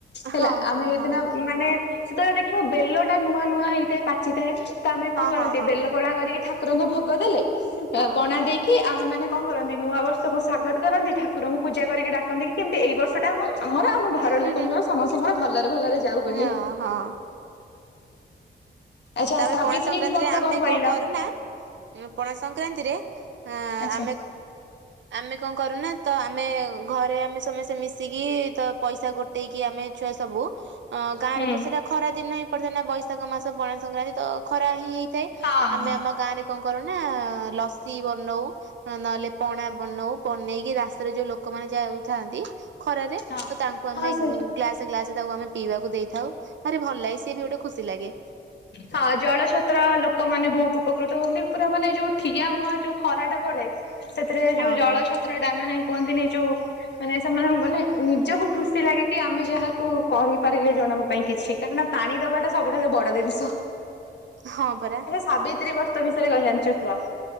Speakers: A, on the left; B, on the right.
A: ହେଲା।
B: ହଁ
A: ଆମେ
B: ହଁ
A: ଏଇଦିନ
B: ହଁ
A: ମାନେ ସେତେବେଳେ ଦେଖିବ ବେଲ ଟା ନୂଆ ନୂଆ ହେଇଥାଏ। ପା ଚି ଥାଏ। ତ ଆମେ ବି କଣ କରନ୍ତି
B: ହଁ ହଁ
A: ବେଲ
B: ହଁ ହଁ।
A: ପଣା କରିକି ଠାକୁରଙ୍କୁ ଭୋଗ ଦେଲେ।
B: ହଁ
A: ପଣା
B: ହଁ
A: ଦେଇକି କି ଆମେ ମାନେ କଣ କରନ୍ତି ନୂଆ ବର୍ଷକୁ ସ୍ଵାଗତ କରନ୍ତି। ଠାକୁରଙ୍କୁ ପୂଜା କରିକି ଡାକନ୍ତି କି କେମିତି ଏଇ ବର୍ଷଟା ଆମ ଆମର ଆମ ଘର
B: ହୁଁ
A: ଲୋକଙ୍କର
B: ହୁଁ
A: ସମସ୍ତଙ୍କର ଭଲରେ ଭଲରେ ଯାଉ
B: ହୁଁ
A: ବୋଲି।
B: ହଁ ହଁ
A: ଆଚ୍ଛା,
B: ତାପରେ
A: ସାବିତ୍ରୀ
B: ପଣା ସଂକ୍ରାନ୍ତିରେ
A: ବର୍ତ୍ତ
B: ଆମେ
A: କଣ କହିଲ?
B: କରୁନା ପଣା ସଂକ୍ରାନ୍ତିରେ ଆ
A: ଆଚ୍ଛା
B: ଆମେ ଆମେ କଣ କରୁନା ତ ଆମେ ଘରେ ଆମେ ସମସ୍ତେ ମିଶିକି ତ ପଇସା ଗୋ ଟେଇକି ଆମେ ଛୁଆ ସବୁ ଅଁ ଗାଁରେ
A: ହୁଁ।
B: ତ ସେଇଟା ଖରା ଦିନ ହିଁ ପଡିଥାଏ, ନା। ବୈଶାଖ ମାସ ବଣା ସଂକ୍ରାନ୍ତି ତ ଖରା ହିଁ ହେଇ ଥାଏ।
A: ହଁ
B: ଆମେ
A: ହଁ
B: ଆମ ଗାଁରେ କଣ କରୁନା ଲସି ବନଉ। ନହେଲେ ପଣା ବନଉ। ବନେଇକି ରାସ୍ତାରେ ଯୋଉ ଲୋକମାନେ ଯାଉଥାନ୍ତି ଖରାରେ
A: ହଁ
B: ତ ତାଙ୍କୁ ଆମେ
A: ହଁ ସେ
B: ଗ୍ଲାସ ଗ୍ଲାସ ତାକୁ ଆମେ ପିଇବାକୁ ଦେଇଥାଉ। ଭାରି ଭଲ ଲାଗେ ସିଏ ବି ଗୋଟେ ଖୁସି ଲାଗେ।
A: ହଁ ଜଳ ଛତ୍ର ଲୋକମାନେ ବହୁତ ଉପକୃତ ହୁଅନ୍ତି। ପୁରା ମାନେ ଯୋଉ ଠିଆ ମୁହାଁ ଯୋଉ ଖରା ଟା ପଡେ ସେଥିରେ
B: ହଁ
A: ଯୋଉ ଜଳଛତ୍ରଟା
B: ହଁ
A: ମାନେ କୁହନ୍ତିନି ଯୋଉ ମାନେ ସେମାନଙ୍କୁ ମାନେ ନିଜକୁ ଖୁସି ଲାଗେ କି ଆମେ ଯାହାକୁ କରିପାରିଲେ ଜଣଙ୍କ ପାଇଁ କିଛି। କାରଣ ପାଣି ଦବାଟା ସବୁଠାରୁ ବଡ ଜିନି ଆଚ୍ଛା,
B: ହଁ ପରା।
A: ସାବିତ୍ରୀ ବର୍ତ ବିଷୟରେ କଣ ଜାଣିଚ କୁହ?